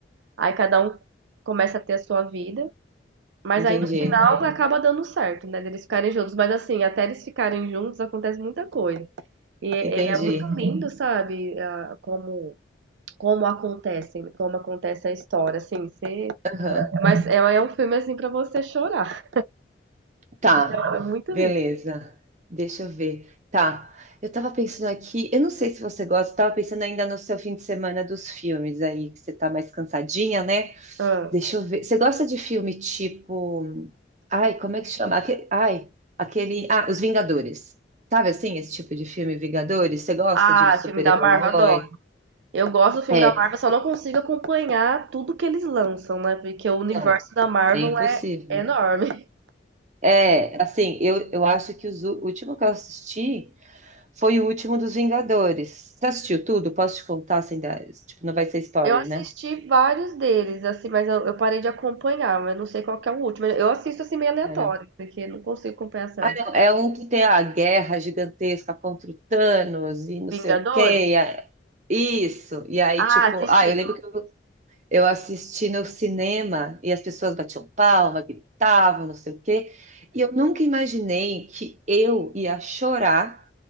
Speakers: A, on the right; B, on the right.
A: Aí cada um começa a ter a sua vida. Mas
B: entendi.
A: aí no final acaba dando certo, né? Deles ficarem juntos. Mas assim, até eles ficarem juntos acontece muita coisa. E, e
B: Entendi.
A: é muito lindo, sabe? a- Como, como acontece, como acontece a história, assim. Você...
B: Aham,
A: Mas é, é um filme assim pra você chorar.
B: tá.
A: <laughs> É muito
B: Beleza.
A: lindo.
B: Deixa eu ver. Tá. Eu tava pensando aqui, eu não sei se você gosta, eu tava pensando ainda no seu fim de semana dos filmes aí, que você tá mais cansadinha, né?
A: Ah,
B: Deixa eu ver. Você gosta de filme tipo. Ai, como é que chama? Aque- Ai, aquele. Ah, Os Vingadores. Sabe assim, esse tipo de filme, Vingadores? Você gosta
A: Ah,
B: de super-herói?
A: filme da Marvel, adoro. Eu gosto do filme
B: É.
A: da Marvel, só não consigo acompanhar tudo que eles lançam, né? Porque o universo
B: Não,
A: da Marvel
B: é impossível.
A: é enorme.
B: É, assim, eu, eu acho que os, ú- o último que eu assisti foi o último dos Vingadores. Você assistiu tudo? Posso te contar sem dar? Tipo, não vai ser spoiler,
A: Eu assisti
B: né?
A: vários deles, assim, mas eu, eu parei de acompanhar, mas eu não sei qual que é o último. Eu assisto assim meio aleatório,
B: Ah, não.
A: porque não consigo acompanhar certo.
B: Ah, não. É um que tem a guerra gigantesca contra o Thanos e não
A: Vingadores?
B: sei o quê. e a- Isso. E aí,
A: Ah,
B: tipo,
A: assisti.
B: ah, eu lembro que eu Eu assisti no cinema e as pessoas batiam palma, gritavam, não sei o quê. E eu nunca imaginei que eu ia chorar